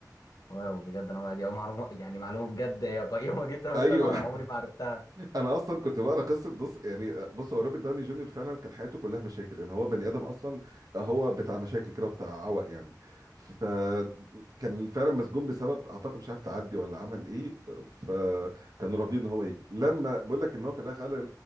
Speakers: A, on the left; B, on the right.
A: واو بجد انا دي أول معلومه يعني معلومه بجد هي قيمه جدا بس
B: ايوه
A: انا
B: <laughs>
A: عمري ما عرفتها
B: انا اصلا كنت بقرا قصه بص يعني بص هو روبرت داوني جونيور فعلا كان حياته كلها مشاكل يعني هو بني ادم اصلا هو بتاع مشاكل كده وبتاع عوق يعني فكان فعلا مسجون بسبب اعتقد مش عارف تعدي ولا عمل ايه فكانوا رافضين ان هو يجي لما بقول لك ان هو في الاخر قال له